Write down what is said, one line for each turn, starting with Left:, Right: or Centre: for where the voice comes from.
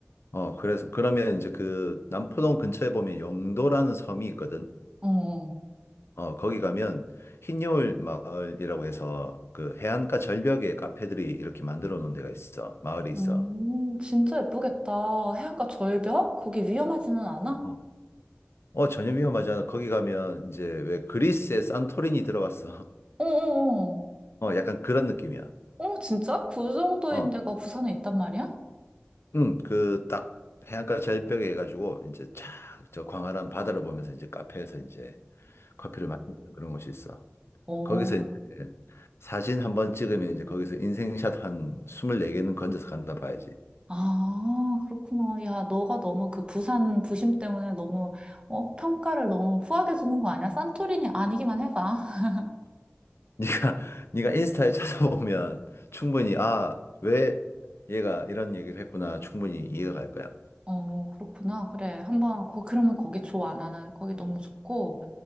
Left: 어, 그래서, 그러면 이제 그 남포동 근처에 보면 영도라는 섬이 있거든.
Right: 어.
Left: 어, 거기 가면 흰여울 마을이라고 해서 그 해안가 절벽에 카페들이 이렇게 만들어 놓은 데가 있어. 마을이 있어.
Right: 음, 진짜 예쁘겠다. 해안가 절벽? 거기 위험하지는 않아?
Left: 어, 어, 전혀 위험하지 않아. 거기 가면 이제 왜 그리스의 산토리니 들어봤어. <laughs>
Right: 어어어. 어,
Left: 어, 약간 그런 느낌이야.
Right: 어. 어, 진짜? 그 정도인
Left: 어,
Right: 데가 부산에 있단 말이야?
Left: 응, 그 딱 해안가 절벽에 해가지고 이제 쫙 저 광활한 바다를 보면서 이제 카페에서 이제 커피를 마시는 그런 곳이 있어.
Right: 오.
Left: 거기서 이제 사진 한번 찍으면 이제 거기서 인생샷 한 24개는 건져서 간다 봐야지. <laughs>
Right: 아, 그렇구나. 야, 너가 너무 그 부산 부심 때문에 너무, 어, 평가를 너무 후하게 주는 거 아니야? 산토리니 아니기만 해봐. <laughs>
Left: 네가 네가 인스타에 찾아보면 충분히 아, 왜 얘가 이런 얘기를 했구나 충분히 이해가 갈 거야.
Right: 어, 그렇구나. 그래. 한번, 거, 그러면 거기 좋아. 나는 거기 너무 좋고.